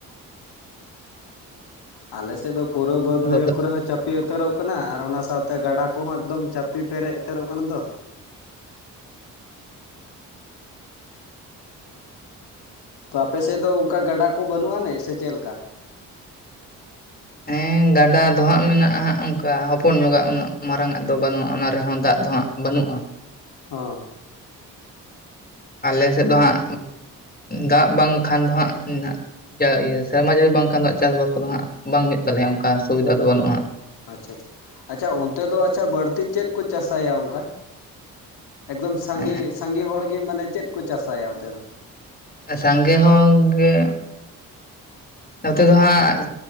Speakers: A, on the left; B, on the left.
A: ᱟᱞᱮ ᱥᱮᱫ ᱫᱚ ᱯᱩᱨᱟᱹ ᱵᱟᱹᱫᱽ
B: ᱦᱟᱸᱜ᱾
A: ᱵᱟᱹᱭᱦᱟᱹᱲ ᱠᱚᱨᱮ ᱦᱚ ᱪᱟᱯᱤ ᱩᱛᱟᱹᱨᱚᱜ ᱠᱟᱱᱟ ᱟᱨ ᱚᱱᱟ ᱥᱟᱶᱛᱮ ᱜᱟᱰᱟ ᱠᱚᱦᱚᱸ ᱮᱠᱫᱚᱢ ᱪᱟᱯᱮ ᱯᱮᱨᱮᱡ ᱩᱛᱟᱹᱨᱚᱜ ᱠᱟᱱᱟ ᱫᱚ ᱛᱚ ᱟᱯᱮ ᱥᱮᱫ ᱫᱚ ᱚᱱᱠᱟ ᱜᱟᱰᱟ ᱠᱚ ᱵᱟᱹᱱᱩᱜ ᱟᱱᱤᱡ ᱥᱮ ᱪᱮᱫ ᱞᱮᱠᱟ
B: ᱦᱮᱸ ᱜᱟᱰᱟ ᱫᱚ ᱦᱟᱸᱜ ᱢᱮᱱᱟᱜᱼᱟ ᱦᱟᱸᱜ ᱚᱱᱠᱟ ᱦᱚᱯᱚᱱ ᱧᱚᱜᱟ ᱩᱱᱟᱹᱜ ᱢᱟᱨᱟᱝᱼᱜ ᱫᱚ ᱵᱟᱹᱱᱩᱜᱼᱟ ᱚᱱᱟ ᱨᱮᱦᱚᱸ ᱫᱟᱜ ᱫᱚᱦᱟᱸᱜ ᱵᱟᱹᱱᱩᱜᱼᱟ
A: ᱚ
B: ᱟᱞᱮ
A: ᱛᱚ
B: ᱥᱮᱫ ᱫᱚ ᱦᱟᱸᱜ ᱫᱟᱜ ᱵᱟᱝᱠᱷᱟᱱ ᱫᱚ ᱦᱟᱸᱜᱹ ᱩ ᱦᱟᱸᱜ ᱡᱟ ᱤᱭᱟ ᱥᱮᱨᱢᱟ ᱡᱟᱹᱲᱤ ᱵᱟᱝᱠᱷᱟᱱ ᱫᱚ ᱦᱟᱸ ᱪᱟᱥᱵᱟᱥ ᱠᱚᱫᱚ ᱦᱟᱸᱜ ᱵᱟᱝ ᱦᱳᱭᱳᱜ ᱛᱟᱞᱮᱭᱟ ᱚᱱᱠᱟ ᱥᱩᱵᱤᱫᱷᱟ ᱫᱚ
A: ᱦᱚᱸ
B: ᱵᱟᱹᱱᱩᱜᱼᱟ
A: ᱟᱪᱪᱷᱟ ᱟᱪᱪᱷᱟ ᱟᱪᱪᱷᱟ ᱚᱱᱛᱮ ᱫᱚ ᱟᱪᱷᱟ ᱵᱟᱹᱲᱛᱤ ᱪᱮᱫ ᱠᱚ ᱪᱟᱥᱟᱭᱟ ᱚᱱᱠᱟ ᱮᱠᱫᱚᱢ ᱥᱟᱸᱜᱮ
B: ᱦᱟᱸᱜ
A: ᱥᱟᱸᱜᱮ ᱦᱚᱲ ᱜᱮ ᱢᱟᱱᱮ ᱪᱮᱫ ᱠᱚ ᱪᱟᱥᱟᱭᱟ ᱚᱱᱛᱮ ᱫᱚ
B: ᱟ ᱥᱟᱸᱜᱮ ᱦᱚᱸᱜᱮ ᱱᱚᱛᱮ ᱫᱚᱦᱟᱸᱜ